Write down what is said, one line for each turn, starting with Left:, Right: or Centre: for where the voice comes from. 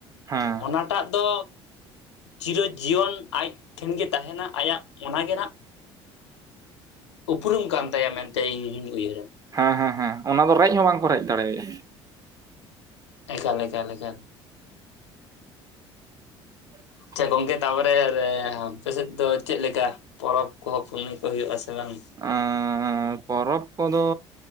Right: ᱦᱮᱸ
Left: ᱚᱱᱟ ᱴᱟᱜ ᱫᱚ ᱪᱤᱨᱚ ᱡᱤᱭᱚᱱ ᱟᱡ ᱴᱷᱮᱱ ᱜᱮ ᱛᱟᱦᱮᱱᱟ ᱟᱭᱟᱜ ᱚᱱᱟᱜᱮ ᱦᱟᱸᱜ ᱩᱯᱨᱩᱢ ᱠᱟᱱ ᱛᱟᱭᱟ ᱢᱮᱱᱛᱮ ᱤᱧ ᱤᱧ ᱩᱭᱦᱟᱹᱨᱟ
Right: ᱦᱮᱸ ᱦᱮᱸ ᱦᱮᱸ ᱚᱱᱟ ᱫᱚ ᱨᱮᱡ ᱦᱚᱸ ᱵᱟᱝ ᱠᱚ ᱨᱮᱡ ᱫᱟᱲᱮᱭᱟᱭᱟ
Left: ᱮᱠᱟᱞ ᱮᱠᱟᱞ ᱮᱠᱟᱞ
Right: <inaudible>
Left: ᱟᱪ ᱪᱷᱟ ᱜᱚᱝᱠᱮ ᱛᱟᱯᱚᱨᱮ ᱟᱯᱮ ᱥᱮᱫ ᱫᱚ ᱪᱮᱫ ᱞᱮᱠᱟ ᱯᱚᱨᱚᱵᱽ ᱠᱚ ᱯᱩᱱᱟᱹᱭ ᱠᱚ ᱦᱩᱭᱩᱜ ᱟᱥᱮ ᱵᱟᱝ
Right: ᱚᱸᱻ ᱯᱚᱨᱚᱵᱽ ᱠᱚ ᱫᱚ